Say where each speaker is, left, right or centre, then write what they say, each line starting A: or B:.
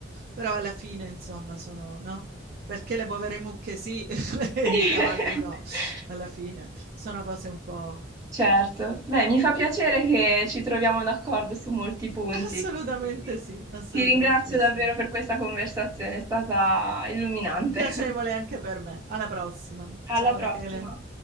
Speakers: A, on the right (about 55°); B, on the right (about 20°).
A: però alla fine, insomma, sono, no? Perché le povere mucche sì, <laughs> e
B: <laughs>
A: i cavalli no, alla fine. Sono cose un po'...
B: Certo, beh, mi fa piacere che ci troviamo d'accordo su molti punti.
A: Assolutamente
B: quindi
A: sì, assolutamente
B: Ti ringrazio davvero
A: sì.
B: per questa conversazione, è stata illuminante.
A: Piacevole
B: <laughs>
A: anche per me. Alla prossima.
B: Alla
A: Ciao
B: prossima.
A: Rachele.